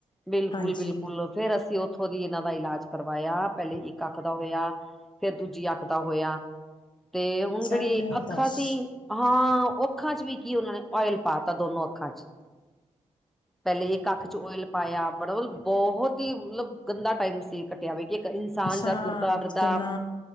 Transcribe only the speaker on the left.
ਹਾਂਜੀ
<inaudible>
ਸਹੀ
ਦੱਸ
ਅੱਛਾ
ਕਿੰਨਾ